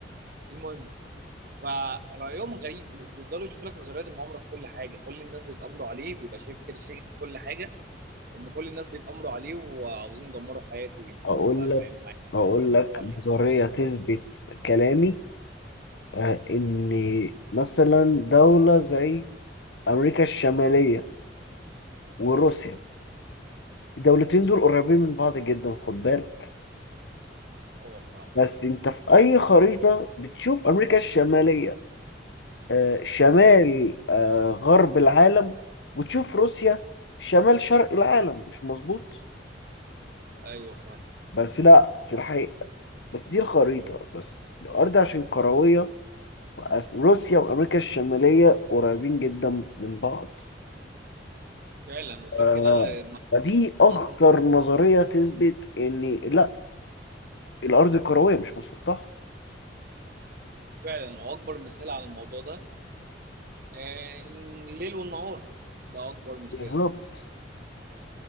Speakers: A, on the right; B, on the left.
A: المهم فرأيهم غريب بيفضلوا يشوفوا لك نظريات المؤامرة في كل حاجة كل الناس بيتآمروا عليه بيبقى شايف كده شاكك في كل حاجة إن كل الناس بيتآمروا عليه وعاوزين يدمروا حياته وينهوها
B: أقول
A: بقى فاهم مع
B: هقول لك
A: إنه عليه
B: نظرية تثبت كلامي آه، إن مثلا دولة زي أمريكا الشمالية وروسيا الدولتين دول قريبين من بعض جدا خد بالك
A: أه فاهم
B: بس أنت في أي خريطة بتشوف أمريكا الشمالية آه، شمال
A: أه
B: آه، غرب العالم وتشوف روسيا شمال شرق العالم مش مظبوط
A: أيوه فاهم
B: بس لا في الحقيقة بس دي الخريطة بس الأرض عشان كروية وأف- روسيا وأمريكا الشمالية قريبين جدا من بعض
A: فعلا وغير
B: آه،
A: كده
B: فدي
A: أبسط
B: أكتر
A: مثال-
B: نظرية تثبت إن لأ الأرض كروية مش مسطحة
A: فعلا وأكبر مثال على الموضوع ده آه، الليل والنهار ده أكبر مثال
B: بالظبط